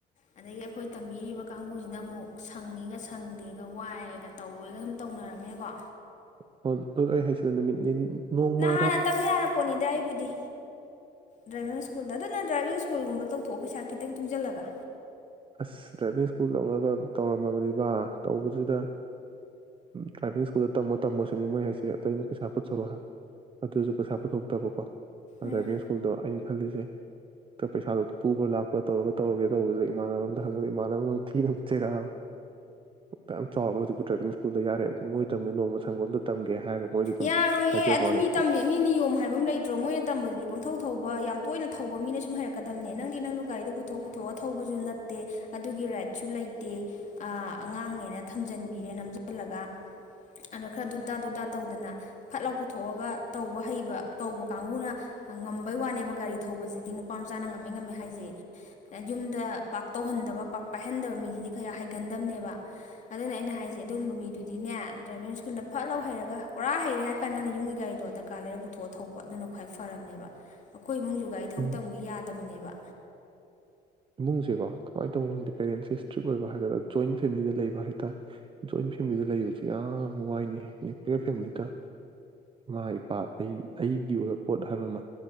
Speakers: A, on the left (about 45°); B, on the right (about 30°).
A: ꯑꯗꯒꯤ ꯑꯩꯈꯣꯏ ꯇꯝꯕꯤꯔꯤꯕ ꯀꯥꯡꯕꯨꯁꯤꯅ ꯑꯃꯨꯛ ꯁꯪꯏꯒ ꯁꯪꯗꯦꯒ ꯋꯥꯏꯑꯒ ꯇꯧꯋꯦꯒ ꯁꯨꯝ ꯇꯧꯅꯔꯝꯃꯦꯀꯣ꯫
B: ꯍ ꯑꯗꯨ ꯑꯩ ꯍꯥꯏꯁꯤꯗ ꯅꯨꯃꯤꯠ ꯅꯤ ꯅꯣꯡꯃ
A: ꯍꯥꯥꯟꯅ ꯇꯝ ꯌꯥꯔꯄꯅꯤꯅꯦꯗ ꯑꯩꯕꯨ ꯗꯤ ꯗ꯭ꯔꯥꯏꯚꯤꯡ ꯁ꯭ꯀꯨꯜꯗ ꯑꯗꯨꯅ ꯗ꯭ꯔꯥꯏꯚꯤꯡ ꯁ꯭ꯀꯨꯜꯒꯨꯝꯕ ꯇꯧꯊꯣꯛꯑꯣ ꯄꯩꯁꯥ ꯈꯤꯇꯪ ꯇꯨꯡꯁꯤꯜꯂꯒ꯫
B: ꯑꯁ ꯗ꯭ꯔꯥꯏꯚꯤꯡ ꯁ꯭ꯀꯨꯜ ꯂꯧꯅꯕ ꯇꯧꯔꯝꯃꯕꯅꯤꯕꯥ ꯇꯧꯕꯗꯨꯗ ꯗ꯭ꯔꯥꯏꯚꯤꯡ ꯁ꯭ꯀꯨꯜꯗ ꯇꯝꯃꯣ-ꯇꯝꯃꯣ ꯁꯤꯅꯤ ꯃꯣꯏ ꯍꯥꯏꯁꯦ ꯑꯇꯩꯩꯅ ꯄꯩꯁꯥ ꯄꯨꯊꯣꯔꯣ ꯍꯥꯏꯕ ꯑꯗꯨꯁꯨ ꯄꯩꯁꯥ ꯄꯨꯊꯣꯛꯇꯕꯀꯣ꯫
A: ꯎꯝ
B: ꯗ꯭ꯔꯥꯏꯕꯤꯡ ꯁ꯭ꯀꯨꯜꯗꯣ ꯑꯩꯅ ꯈꯜꯂꯤꯁꯦ ꯇ ꯄꯩꯁꯥꯗꫭ ꯑꯗꯨ ꯄꯨꯕ꯭ꯔꯥ ꯂꯥꯛꯄ ꯇꯧꯔꯒ ꯇꯧꯔꯒꯦ ꯇꯧꯕꯁꯤꯗ ꯏꯝ ꯏꯃꯥꯟꯅꯕ ꯑꯝꯗ ꯍꯪꯕꯗ ꯏꯃꯥꯟꯅꯕ ꯑꯃꯣꯝ ꯊꯤꯅ ꯑꯃ ꯆꯩꯔꯛꯑꯕ ꯗꯌꯥꯝ ꯆꯥꯎꯔꯒ ꯍꯧꯖꯤꯛꯄꯨ ꯇ꯭ꯔꯥꯏꯕꯤꯡ ꯁ꯭ꯀꯨꯜꯗ ꯌꯥꯔꯦ ꯃꯣꯏ ꯇꯝꯃꯦ ꯅꯣꯡꯃ ꯁꯪꯕꯃꯗ ꯇꯝꯒꯦ ꯍꯥꯏꯔꯒ ꯃꯣꯏꯁꯨ ꯑꯗꯨꯝ
A: ꯌꯥꯔꯣꯏꯌꯦ
B: ꯍꯥꯏꯖꯕ
A: ꯑꯗꯨ
B: ꯋꯥꯅꯤ
A: ꯃꯤ ꯇꯝꯃꯦ
B: ꯇꯣ
A: ꯃꯤ ꯅꯤꯌꯣꯝ ꯍꯥꯏꯕ ꯑꯃ ꯂꯩꯇ꯭ꯔꯣ ꯃꯣꯏꯅ ꯇꯝꯕꯗꯨꯗꯤ ꯄꯪꯊꯧ ꯊꯧꯕ ꯌꯥꯝ ꯇꯣꯏꯅ ꯊꯧꯕ ꯃꯤꯅ ꯁꯨꯝ ꯍꯩꯔꯛꯀꯗꯝꯅꯦ ꯅꯪꯗꯤ ꯅꯪꯗꫭ ꯒꯥꯔꯤꯗꯣ ꯄꯨꯊꯣꯛ ꯄꯨꯊꯣꯛꯑ ꯊꯧꯕꯁꯨ ꯅꯠꯇꯦ ꯑꯗꯨꯒꯤ ꯔꯥꯏꯠꯁꯨ ꯂꯩꯇꯦ ꯑꯥ ꯑꯉꯥꯡꯅꯦꯅ ꯊꯝꯖꯟꯕꯤꯔꯦ ꯅꯝꯁꯤꯜꯂꯒ ꯑꯗꯣ ꯈꯔ ꯗꯨꯗꯥ-ꯗꯨꯗꯥ ꯇꯧꯗꯅ ꯐꯠ ꯂꯥꯎ ꯄꯨꯊꯣꯛꯑꯒ ꯇꯧꯕ ꯍꯩꯕ ꯇꯧꯕ ꯀꯥꯡꯕꯨꯅ ꯉꯝꯕꯩ ꯋꯥꯅꯦꯕ ꯒꯥꯔꯤ ꯊꯧꯕꯁꯤꯗꯤ ꯅꯨꯄꯥ ꯃꯆꯥꯅ ꯉꯝꯃꯦ-ꯉꯝꯃꯦ ꯍꯥꯏꯖꯦ ꯑ ꯌꯨꯝꯗ ꯄꯥꯛ ꯇꯧꯍꯟꯗꯕ ꯄꯥꯛ ꯄꯥꯏꯍꯟꯗꯕ ꯃꯤꯁꯤꯗꯤ ꯈꯌꯥ ꯍꯩꯒꯟꯗꯕꯅꯦꯕ ꯑꯗꯨꯅ ꯑꯩꯅ ꯍꯥꯏꯖꯩ ꯑꯗꯨꯒꯨꯝꯕ ꯃꯤꯗꯨꯗꯤꯅꯦ ꯗ꯭ꯔꯥꯏꯚꯤꯡ ꯁ꯭ꯀꯨꯜꯗ ꯐꯠ ꯂꯥꯎ ꯍꯩꯔꯒ ꯄꯨꯔꯥ ꯍꯩꯔꯦ ꯍꯥꯏꯔ ꯀꯥꯟꯗꯅ ꯌꯨꯝꯒꯤ ꯒꯥꯔꯤꯗꯣ ꯗꯔꯀꯥꯔ ꯂꯩꯔꯒ ꯄꯨꯊꯣꯛꯑ ꯊꯧꯕ ꯑꯗꯨꯅ ꯈ꯭ꯋꯥꯏ ꯐꯔꯕꯅꯦꯕ꯫ ꯑꯩꯈꯣꯏ ꯏꯃꯨꯡꯁꯨ ꯒꯥꯔꯤ ꯊꯧ
B: ꯏꯃꯨꯡ
A: ꯇꯝꯒꯦ ꯌꯥ ꯇꯕꯅꯦꯕ
B: ꯏꯃꯨꯡꯁꯦꯀꯣ ꯀꯃꯥꯏꯅ ꯇꯧꯕꯅꯣ ꯈꯪꯗꯦ ꯄꯦꯔꯦꯟꯁꯁꯦ ꯏꯁꯇ꯭ꯔꯤꯛ ꯑꯣꯏꯕ ꯍꯥꯏꯒꯗ꯭ꯔꯥ ꯖꯣꯏꯟ ꯐꯦꯃꯤꯂꯤꯗ ꯂꯩꯕ ꯍꯥꯏ ꯇꯥꯔꯦ ꯖꯣꯏꯟ ꯐꯦꯃꯤꯂꯤꯗ ꯂꯩꯕꯁꯦ ꯌꯥꯝ ꯋꯥꯏꯅꯦ ꯅꯦꯄ꯭ꯂꯤꯌꯔ ꯐꯦꯃꯤꯂꯤꯗ ꯏꯃꯥ ꯏꯄꯥ ꯑꯩ ꯑꯩꯒꯤ ꯑꯣꯏꯕ ꯄꯣꯠ ꯍꯥꯏꯕ ꯑꯃ